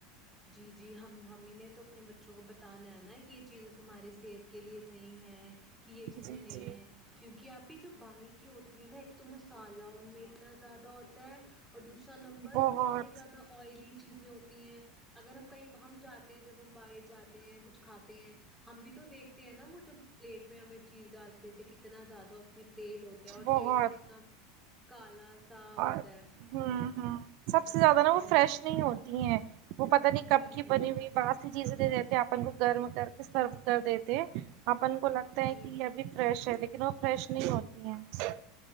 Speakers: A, in the centre; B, on the right (about 55°).
A: جی جی ہم ہم ہی نے تو اپنے بچوں کو بت انا ہے نا کہ یہ چیزیں تمہاری صحت کے لیے صحیح ہیں کہ یہ چیزیں
B: جی
A: نہیں
B: جی
A: ہیں کیونکہ آپی جو بہار کی ہوتی ہے نا ایک تو م سالہ ان میں اتنا زیادہ ہوتا ہے اور دوسرا نمبر
B: بہت
A: وہ اتنے زیادہ آئلی چیزیں ہوتی ہیں اگر ہم کہیں ہم جاتے ہیں جب ہم باہر جاتے ہیں کچھ کھاتے ہیں ہم بھی تو دیکھتے ہیں نا وہ جب پلیٹ میں ہمیں چیز ڈال کے دیتے کتنا زیادہ اس میں تیل ہوتا ہے اور
B: بہت
A: تیل بھی کتنا کالا سا ہوتا
B: اور
A: ہے
B: ہوں ہوں سب سے زیادہ نا وہ
A: جی
B: فریش نہیں ہوتی ہیں وہ پتہ نہیں
A: جی
B: کب کی
A: جی
B: بنی ہوئی با سی چیزیں دے دیتے اپن کو گرم کر کے سرو کر دیتے ہیں اپن کو لگ تا
A: جی
B: ہے کہ یہ ابھی فریش ہے لیکن وہ فریش نہیں ہوتی ہیں